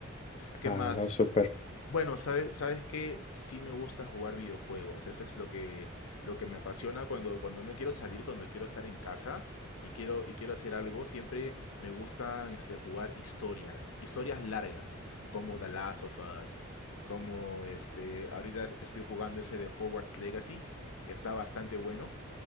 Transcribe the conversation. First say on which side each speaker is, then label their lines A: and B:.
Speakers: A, on the left; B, on the left.
A: ¿Qué
B: Ah,
A: más?
B: no, súper.
A: Bueno, sabes, sabes que sí me gusta jugar videojuegos. Eso es lo que, lo que me apasiona cuando, cuando no quiero salir, cuando quiero estar en casa y quiero, y quiero hacer algo. Siempre me gustan este, jugar historias, historias largas, como The Last of Us, como este, ahorita estoy jugando ese de Hogwarts Legacy. Está bastante bueno.